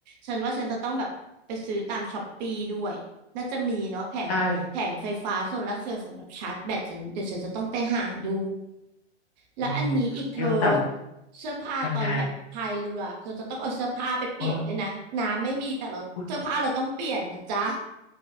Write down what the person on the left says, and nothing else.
ใช่
มีเธอแต่ว่า
ยังไงอ้ออุ๊ย